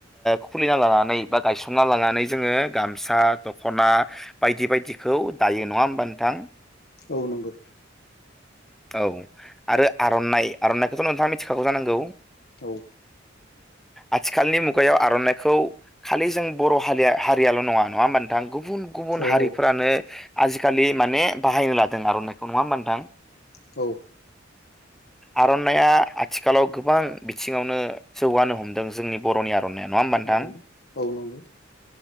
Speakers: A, in the centre; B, on the left (about 55°).
A: खुलिना लानानै बा गायसंना लानानै जोङो गामसा दख'ना बायदि बायदिखौ दायो नङा होमबा नोंथां?
B: औ नंगौ।
A: औ आरो आर'नाइ आर'नाइखौथ' नोंथाङा मिथिखागौ जानांगौ?
B: औ।
A: आथिखालनि मुगायाव आर'नाइखौ खालि जों बर' हारिया हारि ल' नङ नङा होमबा नोंथां गुबुन गुबुन
B: औ
A: हारिफ्रानो आजिखालि माने बाहायनो लादों आर'नाइखौ नङा होमबथां?
B: औ।
A: आर'नायइआ आथिखालाव गोबां बिथिङावनो जौगानो हमदों जोंनि बर'नि आर'नाइा नङा होमबा
B: औ
A: नोंथां?
B: औ नंगौ